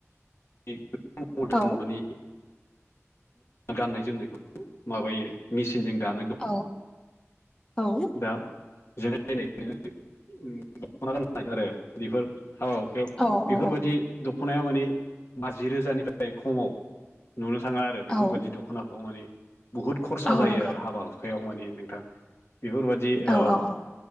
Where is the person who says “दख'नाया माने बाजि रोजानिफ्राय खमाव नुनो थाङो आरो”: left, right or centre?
Left